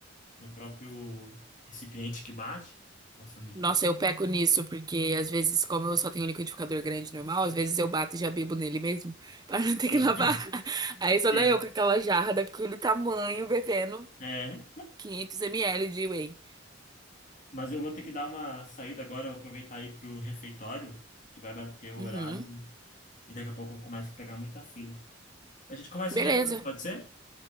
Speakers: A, on the left; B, on the right.
A: no próprio recipiente que bate. Nossa, é muito
B: Nossa,
A: bom.
B: eu peco nisso, porque às vezes, como eu só tenho um liquidificador grande normal, às vezes eu bato e já bebo nele mesmo, <laughs> pra não ter que
A: Sim.
B: lavar.
A: <laughs>
B: <laughs> Aí só
A: Sim.
B: dá eu com aquela jarra daquele tamanho, bebendo
A: É,
B: 500 ml de whey.
A: mas eu vou ter que dar uma saída agora, eu vou aproveitar aí pro refeitório, que vai bater o
B: Uhum.
A: horário e daqui a pouco eu começo a pegar muita fila. A gente começa
B: Beleza.
A: depois, pode ser?